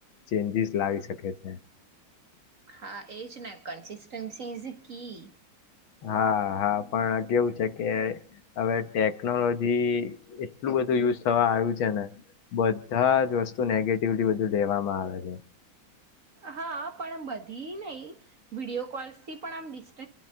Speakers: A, on the left; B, on the right.
A: ચેન્જીસ લાવી શકે છે.
B: હા એ છે ના કન્સિસ્ટન્સી ઈઝ કી.
A: હા હા પણ કેવું છે કે હવે ટેકનોલોજી એટલું બધું યુઝ થવા આવ્યું છે ને. બધા જ વસ્તુ નેગેટિવલી બધું લેવામાં આવે
B: હા પણ બધી નહી વિડીયો કોલ્સ થી પણ આમ ડિસ્ટ